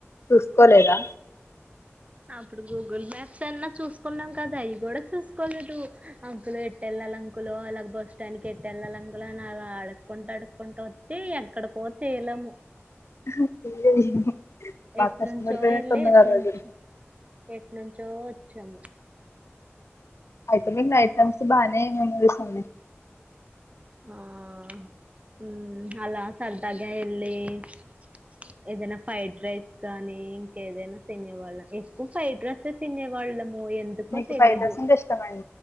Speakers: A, on the left; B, on the right.
A: చూసుకోలేదా
B: అప్పుడు గూగుల్ మ్యాప్స్ అన్నా చూసుకున్నాం కదా అవి కూడా చూసుకోలేదు అంకులో ఎటెల్లాల్ అంకులో అలాగ బస్ మొత్తానికి ఎట్ట వెళ్ళాలి అంకులు అని అలా అడుక్కుంటూ అడుక్కుంటూ వచ్చి ఎక్కడి కో తేలము
A: <inaudible> బాగా
B: ఎట్
A: కష్టపడిపోయినట్టున్నారు
B: నుంచో వెళ్ళె ఎట్
A: ఆ రోజు
B: నుంచి ఎట్ నుంచో వొ చ్చము
A: ఐటమి ఐటమ్స్ బానే మెమర్సీ అవునే
B: ఆ హ్ మ్మ్ అలా సర్దగా ఎల్లి ఎ ఏదైనా ఫ్రైడ్ రైస్ కానీ ఏదైనా తినే వాళ్ళ ఫైడ్ రైస్ ఏ తినేవాళ్ళం ఎందుకో
A: మీకు
B: తెలీదు
A: ఫ్రైడ్ రైస్ అంటే ఇష్టమా అండి